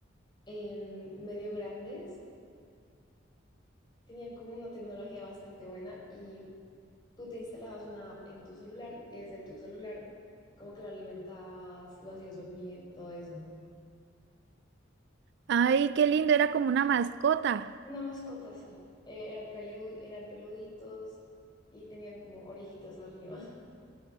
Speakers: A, on the left; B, on the right.
A: em, medio grandes. Tenían como una tecnología bastante buena y tú te instalabas una app en tu celular y desde tu celular como que lo alimentabas, lo hacías dormir, todo eso.
B: Ay, qué lindo, era como una mascota.
A: Una mascota, sí. Eh, era pelu- eran peluditos y tenían como orejitas arriba. <laughs>